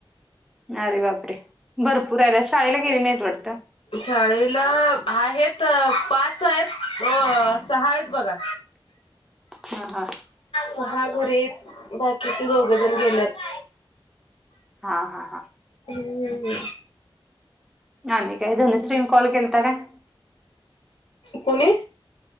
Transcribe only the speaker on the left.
शाळेला आहेत पाच आहेत अ सहा आहेत बघा
सहा घरीत बाकीचे दोघ जण गेल्यात.
हम्
कोणी